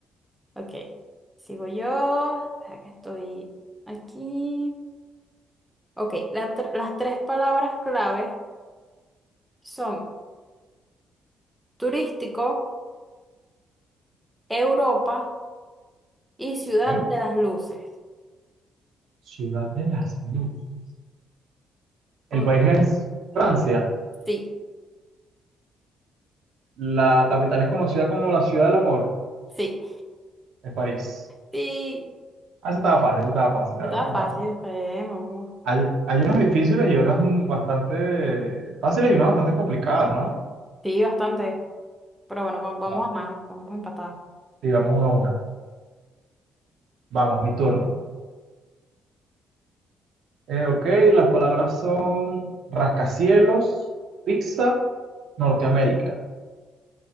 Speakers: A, in the centre; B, on the right (about 70°).
A: Ok. Sigo yo. Espera que estoy aquí. Ok, la tr- las tres palabras clave son turístico, Europa y ciudad
B: Ok.
A: de las luces.
B: Ciudad de las Luces.
A: Oh,
B: El país es Francia.
A: sí,
B: La capital es conocida como la Ciudad del Amor.
A: sí,
B: Es París.
A: sí.
B: Ah, eso estaba fácil, eso estaba fácil, la
A: Estaba
B: verdad que
A: fácil,
B: estaba fácil.
A: está bien, vamos.
B: Hay, hay unas difíciles y unas bastante fáciles y unas bastante complicadas, ¿no?
A: Sí, bastante. Pero bueno, va- vamos
B: Va,
A: a mano, vamos empatados.
B: sí, vamos una a una. Vamos, mi turno. Eh, ok, las palabras son rascacielos, pizza, Norteamérica.